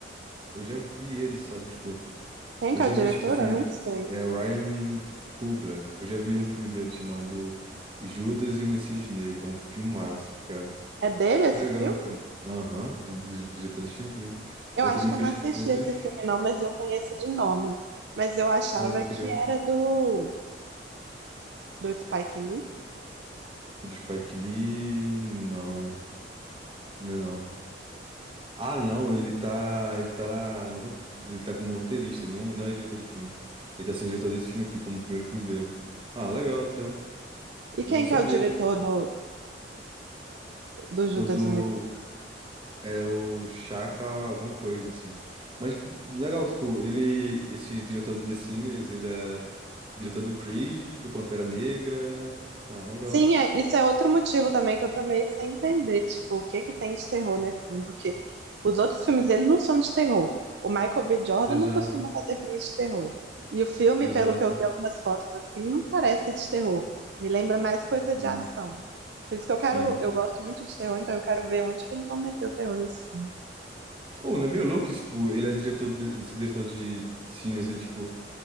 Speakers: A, on the right; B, on the right.
A: Eu já vi ele, sabe? Tipo,
B: Quem
A: eu
B: que
A: já
B: é o
A: vi,
B: diretor?
A: tipo, o filme...
B: Eu nem sei.
A: É Ryan Coogler. Eu já vi um filme dele chamado Judas e o Messias Negro. É um filmaço, cara.
B: É dele
A: Que
B: esse
A: legal,
B: filme?
A: cara. Aham, é do do diretor desse filme também.
B: Eu
A: Ele
B: acho
A: também
B: que
A: fez
B: eu não assisti
A: todos...
B: esse filme não, mas eu conheço de nome. Mas eu achava
A: Pode crer.
B: que era do, do Spike Lee.
A: De Spike Lee, não. Não, é não. Ah, não, ele tá, ele tá na, no ro- ele tá como roteirista, ele não, não é diretor do filme. Ele tá sendo diretor desse filme aqui, como o primeiro filme dele. Ah, legal até.
B: E
A: Eu
B: quem
A: não sabia.
B: que é o diretor do, do Judas
A: O do,
B: e o Messias?
A: é o Chaka alguma coisa, assim. Mas que, que legal, tipo, ele, esse diretor de The Sinners, ele é diretor do Creed, do Pantera Negra. Ah, legal.
B: Sim, é, isso é outro motivo também que eu tô meio sem entender, tipo, o que que tem de terror nesse filme, porque os outros filmes eles não são de terror. O Michael B. Jordan
A: Exato,
B: não costuma fazer filmes de terror. E o filme,
A: exato.
B: pelo que eu vi algumas fotos assim, não parece de terror. Me lembra mais coisa de
A: Sim,
B: ação. Por isso que eu quero,
A: sim.
B: eu gosto muito de terror, então eu quero ver onde que eles vão meter o terror nesse filme.
A: Ou não é meio louco, tipo, ele é diretor de- desse diretor de cines, ele, tipo,